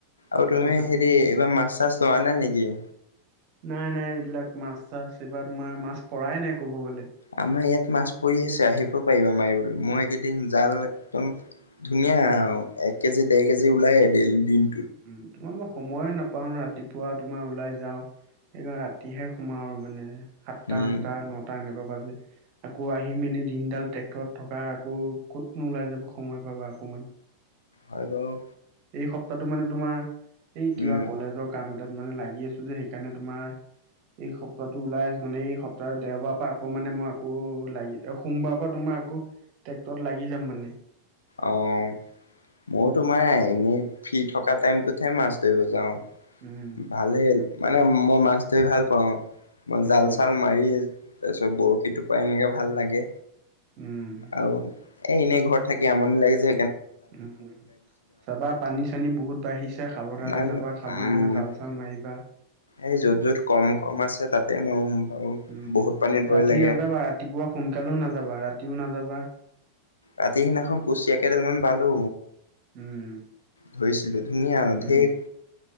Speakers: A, on the left (about 75°); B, on the right (about 40°).
A: আৰু তুমি
B: তাৰপিছত
A: হেৰি এইবাৰ মাছ চাছ ধৰা নাই নেকি?
B: নাই, নাই, এইবিলাক মাছ চাছ এইবাৰ তোমাৰ মাছ পৰাই নাই কব গ'লে।
A: আমাৰ ইয়াত মাছ পৰি আছে, আহিব পাৰিবা মাৰিবলৈ, মই এইকেইদিন জাল একদম ধুনীয়া এক কেজি, দেৰ কেজি ওলাই দিন।
B: উ'ম তোমাৰ মই সময়ে নাপাওঁ, ৰাতিপুৱা তোমাৰ ওলাই যাওঁ। এনেও ৰাতিহে সোমাও আৰু মানে সাতটা,
A: উম,
B: আঠটা, নটা এনেকুৱা। আকৌ আহি মেলি দিনডাল ট্ৰেক্টৰত থকা আকৌ ক'তনো ওলাই যাব সময় পাবা আকমান। <unintelligible>
A: হয় বাৰু।
B: এই সপ্তাহটো মানে তোমাৰ এই কিবা
A: উম,
B: কলেজৰ কাম তাত মানে লাগি আছো যে সেইকাৰণে তোমাৰ এই সপ্তাহটো ওলাই আছো, মানে এই সপ্তাহ দেওবাৰ পৰা আকৌ মানে মই আকৌ লাগি সোমবাৰৰ পৰা তোমাৰ। আকৌ ট্ৰেক্টৰত লাগি যাম মানে।
A: অ', মইো তোমাৰ এনেই ফ্ৰী থকা টাইমটোতহে মাছ ধৰিব যাওঁ।
B: উম
A: ভালেই মানে মই মাছ ধৰি ভাল পাওঁ মই
B: উম
A: জাল চাল মাৰি। তাৰ পিছত বৰশী টোপ এনেকে ভাল লাগে
B: উম
A: আৰু এনেই ঘৰত। থাকি আমনি লাগিছে।
B: উম চাবা পানী চানী বহুত বাঢ়িছে সাৱধানে
A: নাই
B: যাবা সাৱধানে
A: উম
B: জাল চ ল মাইবা।
A: এই য'ত য'ত কম কম আছে তাতে মাৰো। বাৰু
B: উম
A: বহুত পানীত ভয়
B: ৰাতি
A: লাগে
B: নাযাবা ৰাতিপুৱা সোনকালেও নাযাবা ৰাতিও নাযাবা।
A: ৰাতি সিদিনাখন কুচিয়া কেইডালমান পালো।
B: উম।
A: ধৰিছিলো। ধুনীয়া
B: উম
A: ধেৰ